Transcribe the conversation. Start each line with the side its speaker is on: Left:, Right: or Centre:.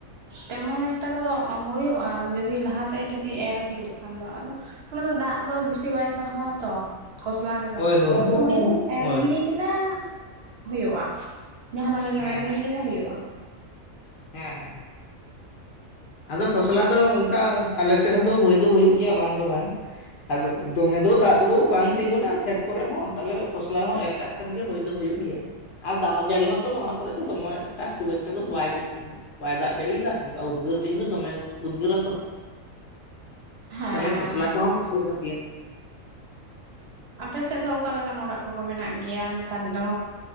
Right: ᱛᱮᱢᱚᱱ ᱮᱠᱴᱟ ᱫᱚ ᱦᱩᱭᱩᱜᱼᱟ᱾ ᱡᱩᱫᱤ ᱞᱟᱦᱟᱛᱮ ᱡᱩᱫᱤ ᱮᱨ ᱦᱩᱭᱩᱜ ᱠᱷᱟᱱ ᱫᱚ ᱟᱫᱚ ᱚᱱᱟ ᱫᱚ ᱫᱟᱜ ᱫᱚ ᱵᱮᱥᱤ ᱵᱟᱭ ᱥᱟᱦᱟᱣᱟ ᱛᱚ ᱠᱚᱥᱞᱟ ᱨᱮᱫᱚ᱾
Left: ᱦᱳᱭ ᱦᱳᱭ
Right: ᱛᱩᱲᱤ ᱫᱚᱢ ᱮᱨ
Left: ᱦᱳᱭ
Right: ᱜᱤᱲᱤ <unintelligible> ᱦᱳᱭᱳᱜᱼᱟ᱾ ᱡᱟᱸᱦᱟ ᱞᱮᱠᱟ ᱜᱮᱢ
Left: ᱦᱮᱸ
Right: ᱮᱨ
Left: ᱦᱮᱸ
Right: ᱜᱤᱲᱤ ᱠᱮᱫᱟ ᱦᱳᱭᱳᱜᱼᱟ᱾
Left: ᱦᱮᱸ ᱦᱮᱸ ᱦᱮᱸ᱾ ᱟᱫᱚ ᱠᱷᱚᱥᱞᱟ ᱫᱚ ᱚᱱᱠᱟ ᱟᱞᱮ ᱥᱮᱫ ᱫᱚ ᱦᱩᱭ ᱫᱚ ᱦᱩᱭᱩᱜ ᱜᱮᱭᱟ ᱵᱟᱝ ᱫᱚ ᱵᱟᱝ ᱟᱫᱚ ᱫᱚᱢᱮ ᱫᱚ ᱫᱟᱜ ᱫᱚ ᱵᱟᱝ ᱛᱤᱸᱜᱩᱱᱟ ᱠᱷᱮᱛ ᱠᱚᱨᱮ ᱦᱚᱸ ᱛᱟᱦᱚᱞᱮ ᱠᱷᱚᱥᱞᱟ ᱦᱚᱸ ᱮᱨ ᱠᱟᱜ ᱠᱷᱟᱱ ᱜᱮ ᱦᱩᱭ ᱫᱚ ᱦᱩᱭᱩᱜ ᱜᱮᱭᱟ ᱟᱨ ᱫᱟᱜ ᱡᱟᱹᱲᱤ ᱦᱚᱸᱛᱚ ᱱᱚᱣᱟ ᱠᱚᱨᱮ ᱫᱚ ᱫᱚᱢᱮ ᱮᱠᱴᱟ ᱠᱷᱩᱵ ᱮᱠᱴᱟ ᱫᱚ ᱵᱟᱭ ᱵᱟᱭ ᱫᱟᱜ ᱡᱟᱹᱲᱤᱭ ᱫᱟ ᱚᱱᱠᱟ <unintelligible> ᱩᱫᱽᱜᱟᱹᱨ ᱫᱤᱱ ᱫᱚ ᱫᱚᱢᱮ ᱩᱫᱽᱜᱟᱹᱨ ᱟᱛᱚ
Right: ᱦᱮᱸ
Left: ᱛᱟᱦᱚᱞᱮ ᱠᱷᱚᱥᱞᱟ ᱠᱚᱦᱚᱸ <unintelligible> ᱜᱮᱭᱟ
Right: ᱟᱯᱮ ᱥᱮᱫ ᱫᱚ ᱚᱠᱟᱞᱮᱠᱟᱱ ᱚᱲᱟᱜ ᱠᱚ ᱜᱳ ᱢᱮᱱᱟᱜ ᱜᱮᱭᱟ ᱱᱮᱛᱟᱨ ᱫᱚ